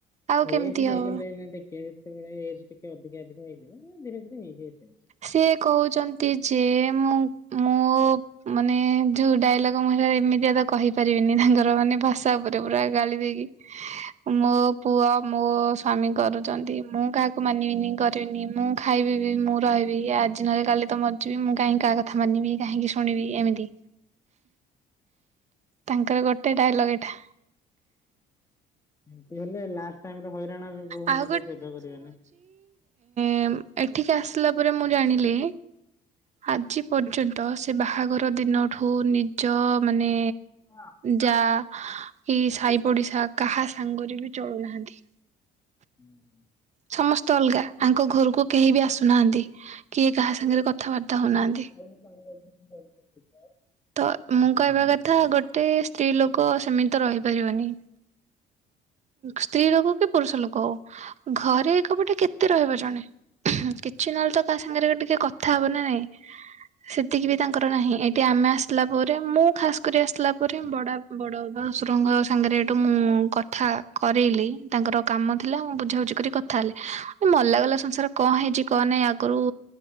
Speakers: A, on the right (about 45°); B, on the left (about 20°).
A: ଆଉ କେମିତି
B: ଏଜ୍ ହେଇଗଲେ
A: ହବ
B: ନା ଟିକେ ସେତବେଳେ ଏଜ୍ ଟିକେ ଅଧିକା ଅଧିକା ହେଇଯିବ ନା ଧୀରେ ଧୀରେ ହେଇଯିବେ ସେ।
A: ସେ କହୁଛନ୍ତି ଯେ ମୁଁ ମୁ ମୋ ମାନେ ଯୋଉ ଡାଇଲଗ ମୁଁ ସେଟା ଏମିତିଆ ତ କହିପାରିବିନି ତାଙ୍କର ମାନେ ଭାଷା ଉପରେ ପୁରା ଗାଳି ଦେଇକି ମୋ ପୁଅ ମୋ ସ୍ଵାମୀ କରୁଛନ୍ତି ମୁଁ କାହାକୁ ମାନିବିନି କରି କଟିନି ମୁଁ ଖାଇବି ବି ମୁଁ ଟି ରହିବି ଆଜି ନହେଲେ କାଲି ତ ମରିଯିବି ମୁଁ କାହିଁ କାହା କଥା ମାନିବି କାହିଁକି ଶୁଣିବି ଏମିତି। ତାଙ୍କର ଗୋଟେ ଡାଇଲଗ୍ ଏଇଟା।
B: ଏମତି ହେଲେ ଲାଷ୍ଟ ଟାଇମ୍ ରେ ହଇରାଣ ହେବେ ବୋହୂ
A: ଆଉ
B: ମାନେ କେହି ସେବା କରିବେନି।
A: ସେ ଏଠିକି ଆସିଲା ପରେ ମୁଁ ଜାଣିଲି ଆଜି ପର୍ଯ୍ୟନ୍ତ ସେ ବାହାଘର ଦିନଠୁ ନିଜ ମାନେ
B: ମା <unintelligible>
A: ଜା କି ସାହି ପଡ଼ିଶା କାହା ସାଙ୍ଗରେ ବି ଚଳୁ ନାହାନ୍ତି।
B: ହୁଁ ହୁଁ <inaudible>
A: ସମସ୍ତେ ଅଲଗା ୟାଙ୍କ ଘରକୁ କେହି ବି ଆସୁନାହାନ୍ତି କିଏ କାହା ସାଙ୍ଗରେ କଥାବାର୍ତ୍ତା ହଉନାହାନ୍ତି।
B: <inaudible>
A: ତ ମୁଁ କହିବା କଥା ଗୋଟେ ସ୍ତ୍ରୀ ଲୋକ ସେମିତି ତ ରହିପାରିବନି। ସ୍ତ୍ରୀ ଲୋକ କି ପୁରୁଷ ଲୋକ ହଉ ଘରେ ଏକାପଟେ କେତେ ରହିବ ଜଣେ। କିଛି ନହେଲେ ତ କାହା ସାଙ୍ଗରେ ଟିକେ କଥା ହବ ନା ନାଇଁ। ସେତିକି ବି ତାଙ୍କର ନାହିଁ ଏଇଟି ଆମେ ଆସିଲା ପରେ ମୁଁ ଖାସ୍ କରି ଆସିଲା ପରେ ବଡା ବଡ ବାବା ଶଶୁରଙ୍କ ସାଙ୍ଗରେ ହେଠୁ ମୁଁ କଥା କରେଇଲି ତାଙ୍କର କାମ ଥିଲା ମୁଁ ବୁଝାବୁଝି କରି କଥା ହେଲି ଏ ମଲା ଗଲା ସଂସାର କଣ ହେଇଚି କଣ ନାଇଁ ଆଗରୁ